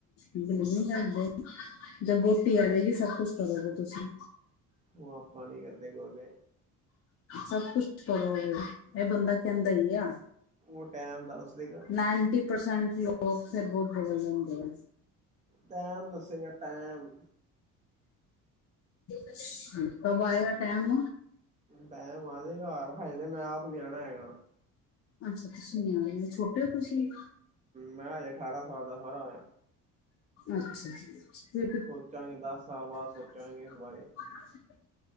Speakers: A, on the left (about 45°); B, on the right (about 20°).
A: ਬਲੀਵ ਨੀਂ ਕਰਦੇ ਜਦ ਬੋਟੀ ਆਜੇਗੀ, ਸਭ ਕੁਛ ਕਰੋਗੇ ਤੁਸੀਂ।
B: ਓ ਆਪਾਂ ਨੀਂ ਕਰਦੇ-ਕੁਰਦੇ
A: ਸਭ ਕੁਛ ਕਰੋਗੇ। ਐ ਬੰਦਾ ਕੈਂਦਾ ਈ ਏ ਆ।
B: ਓ ਟੈਮ ਦੱਸ ਦੇਗਾ।
A: ਨਾਂਈਂਟੀ ਪਰਸੈਂਟ ਲੋਕ ਫਿਰ ਬੋਤ ਬਦਲ ਜਾਂਦੇ ਆ।
B: ਟੈਮ ਦੱਸੇਗਾ ਟੈਮ
A: ਅੱਛਾ, ਕਬ ਆਏਗਾ ਟੈਮ
B: ਟੈਮ ਆਜੇਗਾ, ਹਜੇਦੇ ਮੈਂ ਆਪ ਨਿਆਣਾਂ ਹੈਗਾਂ।
A: ਅੱਛਾ, ਤੁਸੀਂ ਨਿਆਣੇ, ਛੋਟੇ ਤੁਸੀਂ?
B: ਮੈਂ ਹੈਗਾ ਅਠਾਰਾਂ ਸਾਲ ਦਾ ਸਾਰਾ ਹੋਇਆਂ
A: ਅੱਛਾ ਜੀ, ਅੱਛਾ।
B: ਸੋਚਾਂਗੇ ਦਸ ਸਾਲ ਬਾਅਦ ਸੋਚਾਂਗੇ
A: <unintelligible>
B: ਇਸ ਬਾਰੇ